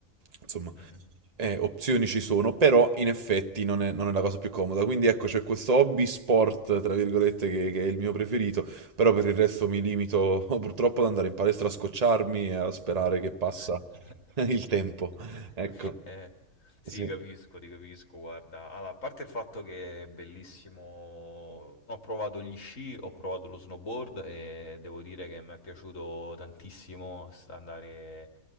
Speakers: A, on the right; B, on the left.
A: insomma,
B: Mh-mh-mh.
A: eh, opzioni ci sono, però in effetti non è, non è la cosa più comoda. Quindi ecco, c'è questo hobby sport, tra virgolette, che, che è il mio preferito, però per il resto mi limito <laughs> purtroppo ad andare in palestra a scocciarmi e a sperare che passa
B: <laughs>
A: <laughs> il tempo.
B: <laughs>
A: Ecco,
B: Eh, sì,
A: sì,
B: capisco, ti capisco, guarda. Allora, a parte il fatto che è bellissimo, ho provato gli sci, ho provato lo snowboard e devo dire che mi è piaciuto tantissimo st- andare,